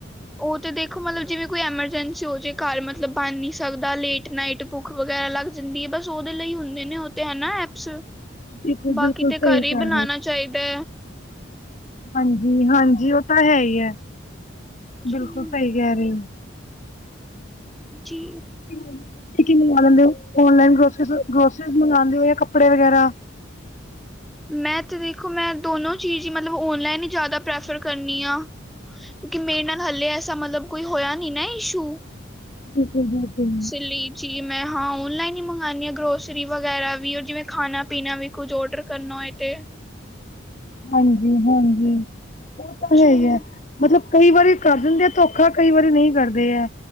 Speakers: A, in the centre; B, on the left.
A: ਉਹ ਤੇ ਦੇਖੋ ਮਤਲਬ ਜਿਵੇਂ ਕੋਈ ਐਮਰਜੈਂਸੀ ਹੋ ਜੇ ਘਰ ਮਤਲਬ ਬਣ ਨੀ ਸਕਦਾ, ਲੇਟ ਨਾਈਟ ਭੁੱਖ ਭੁੱਖ ਵਗੈਰਾ ਲੱਗ ਜਾਂਦੀ ਏ, ਬਸ ਉਹਦੇ ਲਈ ਹੁੰਦੇ ਨੇ ਉਹ ਤੇ ਹਨਾ ਐਪਸ।
B: ਬਿਲਕੁਲ
A: ਬਾਕੀ
B: ਬਿਲਕੁਲ
A: ਤੇ
B: ਸਹੀ
A: ਘਰ ਹੀ
B: ਕਹਿ
A: ਬਣਾਣਾ ਚਾਹੀਦਾ।
B: ਹਾਂਜੀ-ਹਾਂਜੀ, ਉਹ ਤਾਂ ਹੈ ਹੀ ਐ,
A: ਜੀ
B: ਬਿਲਕੁਲ ਸਹੀ ਕਹਿ ਰਹੇ ਹੋ।
A: ਜੀ।
B: ਤੁਸੀਂ ਕੀ ਮੰਗਾ ਲੈਂਦੇ ਹੋ, ਔਨਲਾਈਨ ਗਰੌਸਰੀ ਗਰੌਸਰੀਜ਼ ਮੰਗਵਾਂਦੇ ਹੋ ਜਾਂ ਕੱਪੜੇ ਵਗੈਰਾ।
A: ਮੈਂ ਤੇ ਦੇਖੋ, ਮੈਂ ਦੋਨੋਂ ਚੀਜ਼ ਹੀ ਮਤਲਬ ਓਨਲਾਈਨ ਹੀ ਜ਼ਿਆਦਾ ਪ੍ਰੈਫਰ ਕਰਨੀ ਆ। ਕਿਉਂਕਿ ਮੇਰੇ ਨਾਲ ਹਲੇ ਐਸਾ ਮਤਲਬ ਕੋਈ ਹੋਇਆ ਨੀ ਨਾ ਇਸ਼ੂ।
B: ਬਿਲਕੁਲ <inaudible>
A: ਸਲੀਚੀ ਮੈਂ ਹਾਂ ਓਨਲਾਈਨ ਹੀ ਮੰਗਾਣੀ ਆਂ, ਗਰੋਸਰੀ ਵਗੈਰਾ ਵੀ ਓਹ ਜਿਵੇਂ ਖਾਣਾ-ਪੀਣਾ ਵੀ। ਕੁੱਝ ਓਡਰ ਕਰਨਾ ਹੋਏ ਤੇ।
B: ਹਾਂਜੀ-ਹਾਂਜੀ, ਉਹ ਤਾਂ
A: ਜੀ,
B: ਹੈਗਾ। ਮਤਲਬ ਕਈ ਵਾਰੀ ਕਰ ਦਿੰਦੇ ਆ ਧੋਖਾ, ਕਈ ਵਾਰੀ ਨਹੀ ਕਰਦੇ ਐ।